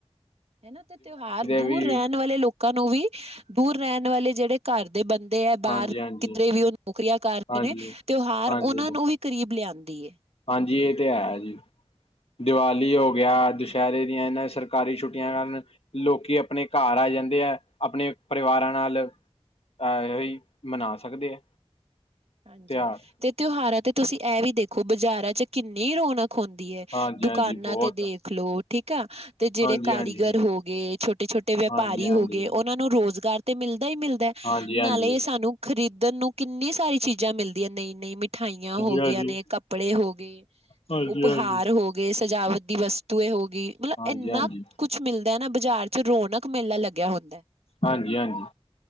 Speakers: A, on the right (about 75°); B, on the left (about 70°).
A: ਹੈਨਾ, ਤੇ ਤਿਉਹਾਰ ਦੂਰ
B: ਵੀ
A: ਰਹਿਣ ਵਾਲੇ ਲੋਕ ਲੋਕਾਂ ਨੂੰ ਵੀ, ਦੂਰ ਰਹਿਣ ਵਾਲੇ ਜਿਹੜੇ ਘਰ ਦੇ ਬੰਦੇ ਹੈ।
B: ਹਾਂਜੀ
A: ਬਾਹਰ,
B: ਹਾਂਜੀ
A: ਕਿਧਰੇ ਵੀ ਉਹ ਨੌਕਰੀਆਂ ਕਰ ਰਹੇ
B: ਹਾਂਜੀ
A: ਨੇ, ਤਿਉਹਾਰ
B: ਹਾਂਜੀ
A: ਉਹਨਾਂ ਨੂੰ ਵੀ ਕਰੀਬ ਲਿਆਂਦੀ ਏ।
B: ਹਾਂਜੀ ਇਹ ਤੇ ਹੈ ਜੀ, ਦੀਵਾਲੀ ਹੋ ਗਿਆ ਦੁਸਹਿਰੇ ਦੀਆਂ, ਇਹਨਾਂ ਸਰਕਾਰੀ ਛੁੱਟੀਆਂ ਕਾਰਨ ਲੋਕੀ, ਆਪਣੇ ਘਰ ਆ ਜਾਂਦੇ ਹੈ, ਆਪਣੇ ਪਰਿਵਾਰਾਂ ਨਾਲ ਅਹ, ਹੀ ਮਨਾ ਸਕਦੇ ਆ।
A: ਹਾਂਜੀ,
B: ਤਿਉਹਾਰ
A: ਤੇ ਤਿਉਹਾਰਾਂ ਤੇ ਤੁਸੀਂ ਇਹ ਵੀ ਦੇਖੋ, ਬਾਜ਼ਾਰਾਂ ਚ ਕਿੰਨੀ ਰੌਣਕ ਹੁੰਦੀ ਹੈ,
B: ਹਾਂਜੀ
A: ਦੁਕਾਨਾਂ
B: ਹਾਂਜੀ ਬਹੁਤ
A: ਤੇ ਦੇ ਖ, ਲੋ ਠੀਕ ਆ, ਤੇ ਜਿਹੜੇ
B: ਹਾਂਜੀ
A: ਕਾਰੀਗਰ
B: ਹਾਂਜੀ
A: ਹੋ ਗਏ, ਛੋਟੇ- ਛੋਟੇ ਵਪਾਰੀ
B: ਹਾਂਜੀ ਹਾਂਜੀ
A: ਹੋ ਗਏ ਉਹ ਉਹਨਾਂ ਨੂੰ, ਰੁਜ਼ਗਾਰ ਤੇ ਮਿਲਦਾ ਹੀ ਮਿਲਦਾ ਹੈ,
B: ਹਾਂਜੀ ਹਾਂਜੀ
A: ਨਾਲੇ ਸਾਨੂੰ ਖ਼ਰੀਦਣ ਨੂੰ ਕਿੰਨੀ ਸਾਰੀ ਚੀਜ਼ਾਂ ਚੀਜ਼ਾਂ, ਮਿਲਦੀਆਂ ਨਯੀ- ਨਯੀ ਮਿ ਮਿਠਾਈਆਂ ਹੋ
B: ਹਾਂਜੀ
A: ਗਈਆਂ ਨੇ ਕੱਪੜੇ ਹੋ ਗਏ,
B: ਹਾਂਜੀ
A: ਉਪਹਾਰ
B: ਹਾਂਜੀ ਹਾਂਜੀ
A: ਹੋ ਗਏ, ਸਜਾਵਟ ਦੀ ਵਸਤ ਤੂਏ, ਹੋ ਗਈ ਮਤਲਬ,
B: ਹਾਂਜੀ
A: ਇੰਨਾ
B: ਹਾਂਜੀ
A: ਕੁਛ ਮਿਲਦਾ ਨਾ ਬਾਜ਼ਾਰ ਚ, ਰੌਣਕ ਮੇਲਾ ਲੱਗਿਆ ਹੁੰਦਾ।
B: ਹਾਂਜੀ- ਹਾਂਜੀ,